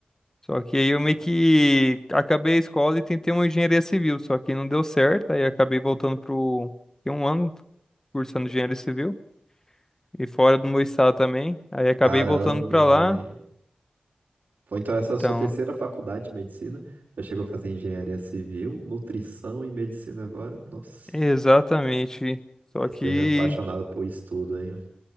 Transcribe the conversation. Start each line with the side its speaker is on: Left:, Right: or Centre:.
Left: Só que aí eu meio que acabei a escola e tentei uma engenharia civil, só que não deu certo, aí acabei voltando pro... Fiquei um ano cursando engenharia civil, e fora do meu estado também, aí acabei
Right: Caramba,
Left: voltando pra
Right: véi.
Left: lá.
Right: Foi então essa
Left: Então,
Right: sua terceira faculdade de medicina? Já chegou a fazer engenharia civil, nutrição e medicina agora? Nossa.
Left: exatamente. Só que...
Right: Você é apaixonado por estudo, hein?